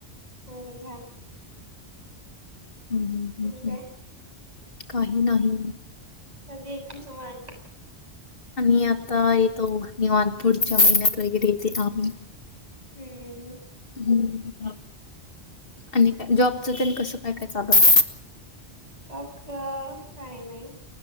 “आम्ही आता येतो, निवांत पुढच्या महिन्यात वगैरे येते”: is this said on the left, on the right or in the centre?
Left